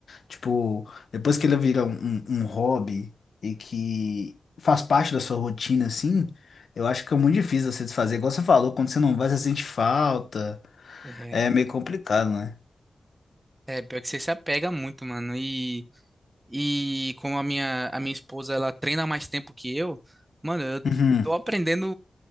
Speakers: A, on the left; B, on the right.
A: Tipo, depois que ele vira um, um, um hobby e que faz parte da sua rotina, assim, eu acho que é muito difícil você desfazer. Igual você falou, quando você não vai, você sente falta.
B: É,
A: É meio complicado, né?
B: é, pior que você se apega muito, mano. E. E como a minha, a minha esposa, ela treina há mais tempo que eu, mano, eu
A: Uhum.
B: tô aprendendo